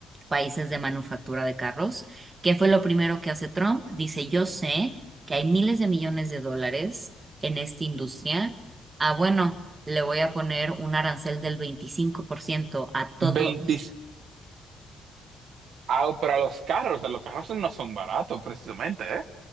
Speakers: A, on the right (about 30°); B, on the right (about 70°).
A: países de manufactura de carros. ¿Qué fue lo primero que hace Trump? Dice, yo sé que hay miles de millones de dólares en esta industria. Ah, bueno, le voy a poner un arancel del 25% a todo.
B: 20, ah, pero los carros, los carros no son baratos precisamente, ¿eh?